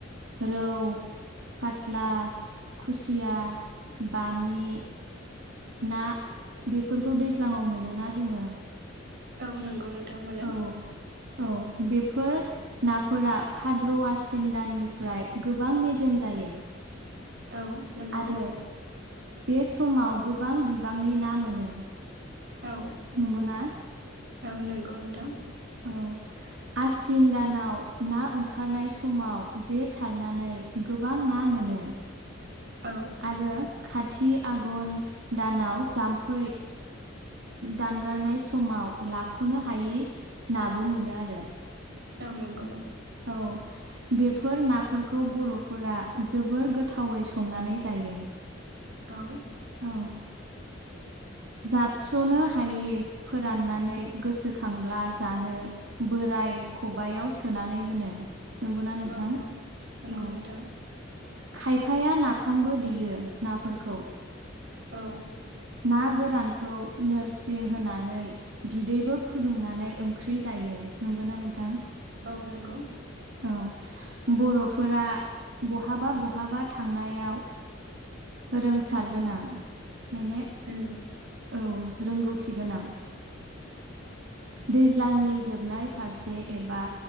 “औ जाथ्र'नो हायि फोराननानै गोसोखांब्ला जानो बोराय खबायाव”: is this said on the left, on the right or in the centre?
Right